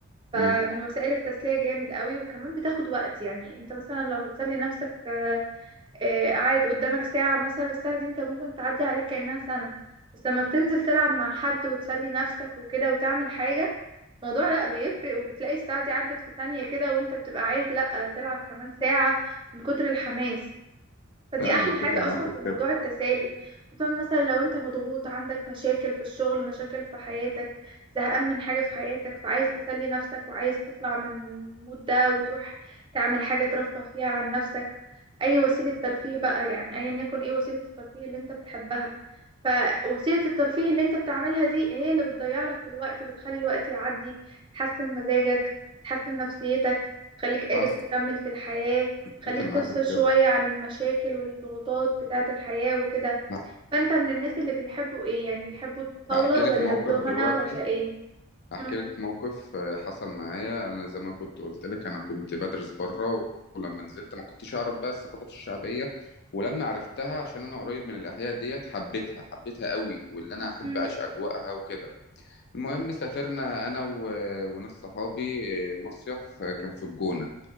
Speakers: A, on the right; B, on the left.
A: فمن
B: م.
A: وسائل التسلية جامد قوي وكمان بتاخد وقت يعني انت مثلا لو هتسلي نفسك آه، آه، قاعد قدامك ساعة مثلا الساعة دي انت ممكن تعدي عليك كأنها سنة بس لما بتنزل تلعب مع حد وتسلي نفسك وكده وتعمل حاجة الموضوع لا بيفرق وبتلاقي الساعة دي عدت في ثانية كده وانت بتبقى عايز لا تلعب كمان ساعة من كتر الحماس فدي
B: فعلا
A: احلى
B: أتفق
A: حاجة
B: معاك
A: اصلا
B: في
A: في موضوع
B: كده
A: التسالي خصوصا مثلا لو انت مضغوط عندك مشاكل في الشغل مشاكل في حياتك زهقان من حاجة في حياتك فعايز تسلي نفسك وعايز تطلع من المود ده وتروح تعمل حاجة ترفه فيها عن نفسك اي وسيلة ترفيه بقى يعني ايا يكن ايه وسيلة الترفيه اللي انت بتحبها فوسيلة الترفيه اللي انت بتعملها دي هي اللي بتضيع لك في الوقت وبتخلي الوقت يعدي تحسن مزاجك تحسن نفسيتك تخليك قادر
B: حصل
A: تكمل في الحياة خليك
B: اتفق معاك
A: تفصل
B: في
A: شوية
B: كده
A: عن المشاكل والضغوطات بتاعة الحياة وكده
B: ه-
A: فأنت من الناس اللي بيحبوا إيه يعني بيحبوا الطاولة
B: هحكي لك
A: ولا
B: موقف
A: الدومنة
B: دلوقتي
A: ولا إيه
B: هحكي
A: مم.
B: لك موقف آه، حصل معايا انا زي ما كنت قلت لك انا كنت بدرس بره ولما نزلت ما كنتش اعرف بقى الثقافات الشعبيه ولما عرفتها عشان انا قريب من الاحياء ديت حبيتها حبيتها قوي واللي انا احب
A: مم.
B: اعيش اجواءها وكده المهم سافرنا انا و... وناس صحابي آه، مصيف آه، كان في الجونه